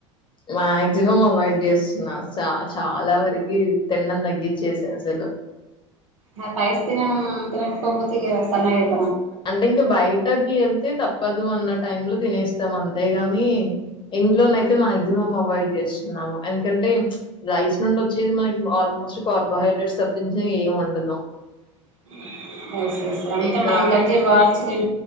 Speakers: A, on the left (about 30°); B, on the right (about 80°).
A: మాక్సిమం అవాయిడ్ చేస్తున్నా స చాలా వరికి తిండం తగిచ్చేసా అసలు
B: నాకి ఐస్ తినడం తినకబోతే ఇగ సన్నగా అయిత్
A: అంటే ఇంకా బయటకీయన్ తప్పదు అన్న టైములో తినేస్తాం అంతేగాని ఇంట్లోనయితే మాక్సిమం అవాయిడ్ చే స్తున్నాము ఎందుకంటే రైస్ నుండి వచ్చేది మనకి ఆల్మోస్ట్ కార్బోహైడ్రేట్స్ తపించి ఏం ఉండదు
B: <inaudible> ఓస్ ఓస్ అంత
A: ఇంకా
B: మనం గంజె వార్చి తిం